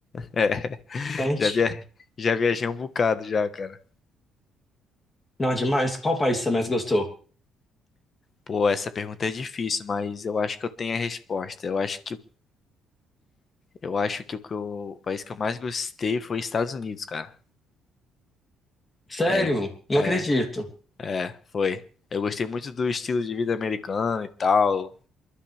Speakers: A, on the left; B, on the left.
A: É,
B: Gente,
A: já via... já viajei um bocado já, cara.
B: não, demais. Qual país você mais gostou?
A: Pô, essa pergunta é difícil, mas eu acho que eu tenho a resposta. Eu acho que eu acho que o, que eu- o país que eu mais gostei foi Estados Unidos, cara.
B: Sério?
A: É,
B: Não
A: é,
B: acredito.
A: é, foi. Eu gostei muito do estilo de vida americano e tal.